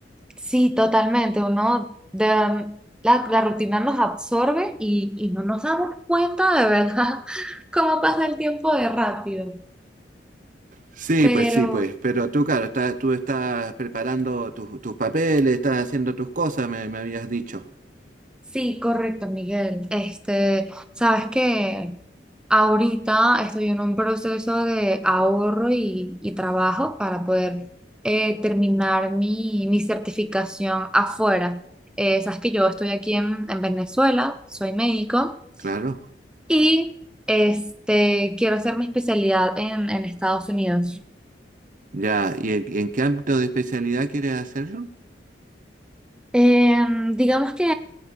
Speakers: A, in the centre; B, on the right (about 45°).
A: Sí, totalmente. Uno de la, la rutina nos absorbe y, y no nos damos cuenta de verdad <laughs> cómo pasa el tiempo de rápido.
B: Sí,
A: Pero
B: pues sí, pues. Pero tú, claro, estás, tú estás preparando tus, tus papeles, estás haciendo tus cosas, me, me habías dicho.
A: Sí, correcto, Miguel. Este, sabes que ahorita estoy en un proceso de ahorro y, y trabajo para poder eh, terminar mi, mi certificación afuera. Eh, sabes que yo estoy aquí en, en Venezuela, soy médico
B: Claro.
A: y este, quiero hacer mi especialidad en, en Estados Unidos.
B: Ya, ¿y en, y en qué ámbito de especialidad quieres hacerlo?
A: Em, digamos que